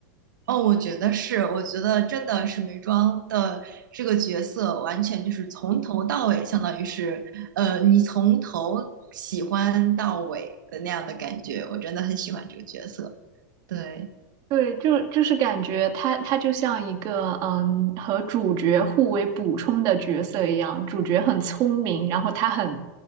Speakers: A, on the right; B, on the right.
A: 哦，我觉得是，我觉得真的沈眉庄的这个角色完全就是从头到尾，相当于是呃，你从头喜欢到尾的那样的感觉，我真的很喜欢这个角色。对，
B: 对，就就是感觉他他就像一个嗯和主角互为补充的角色一样，主角很聪明，然后他很